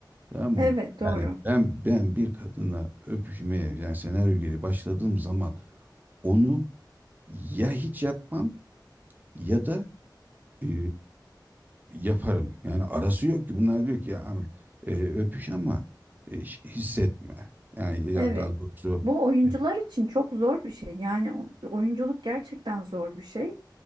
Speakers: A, on the right; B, on the right.
A: Tamam mı?
B: Evet doğru.
A: Yani ben ben bir kadına öpüşmeye yani senaryo geri başladığım zaman onu ya hiç yapmam ya da e, yaparım. Yani arası yok ki. Bunlar diyor ki ya abi, e, öpüş ama e, ş- hissetme. Yani, yani
B: Evet.
A: daha doğrusu
B: Bu oyuncular
A: e,
B: için çok zor bir şey. Yani o- oyunculuk gerçekten zor bir şey